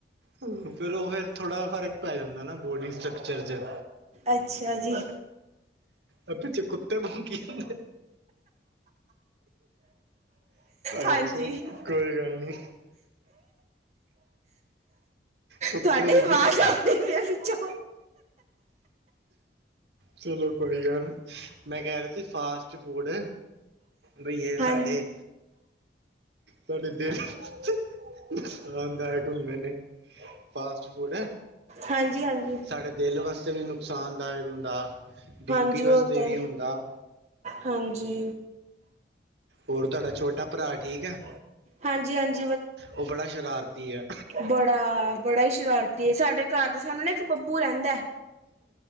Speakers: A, on the right; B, on the right.
A: ਹੂੰ। ਫਿਰ ਓ ਫੇਰ ਥੋੜਾ ਫਰਕ ਪੈ ਜਾਂਦਾ ਨਾ ਬੋਡੀ ਸਟਰਕਚਰ ਚ
B: ਅੱਛਾ ਜੀ।
A: ਐ ਪਿਛੇ ਕੁੱਤੇ ਭੌਂਕੀ ਜਾਂਦੇ
B: ਹਾਂਜੀ।
A: ਅੱਛਾ ਕੋਈ ਗੱਲ ਨਹੀਂ ਕੁੱਤੇ
B: ਤੁਹਾਡੇ
A: ਦੀ
B: ਵਾਜ ਆ ਮੇਰੇ ਪਿਛੋਂ।
A: ਚਲੋ ਕੋਈ ਗੱਲ, ਮੈਂ ਕੈ ਰੇਆ ਸੀ ਫਾਸਟ ਫੂਡ ਬਈਏ ਸਾਡੇ
B: ਹਾਂਜੀ
A: ਤਾਡੇ ਦਿਲ <unintelligible> ਫਾਸਟ ਫੂਡ
B: ਹਾਂਜੀ ਹਾਂਜੀ
A: ਸਾਡੇ ਦਿਲ ਵਾਸਤੇ ਵੀ ਨੁਕਸਾਨਦਾਏਕ ਹੁੰਦਾ, ਬੀ
B: ਹਾਂਜੀ
A: ਪੀ ਵਾਸਤੇ
B: ਉਹ ਤਾਂ
A: ਵੀ ਹੁੰਦਾ
B: ਹਾਂਜੀ।
A: ਹੋਰ ਤਾਡਾ ਛੋਟਾ ਭਰਾ ਠੀਕ ਐ?
B: ਹਾਂਜੀ-ਹਾਂਜ
A: ਓ ਬੜਾ ਸ਼ਰਾਰਤੀ ਐ।
B: ਬੜਾ-ਬੜਾ ਹੀ ਸ਼ਰਾਰਤੀ ਏ, ਸਾਡੇ ਘਰ ਦੇ ਸਾਨੂੰ ਨਾ ਇੱਕ ਬੱਬ ਰਹਿੰਦਾ,